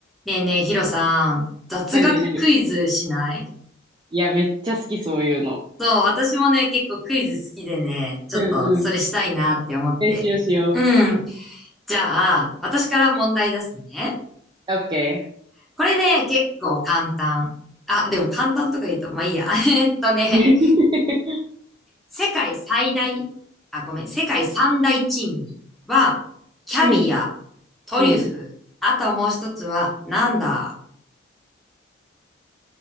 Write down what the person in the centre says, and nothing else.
ねえねえ、ヒロさん、雑学クイズしない
そう、私もね、結構クイズ好きでね、ちょっとそれしたいなって思って。
うん。じゃあ、私から問題出すね。
これね、結構簡単。あ、でも簡単とか言うと、まあいいや。<laughs> えっとね、
世界最大、あ、ごめん、世界三大珍味は、キャビア、
トリュフ、
あともう一つは、なんだ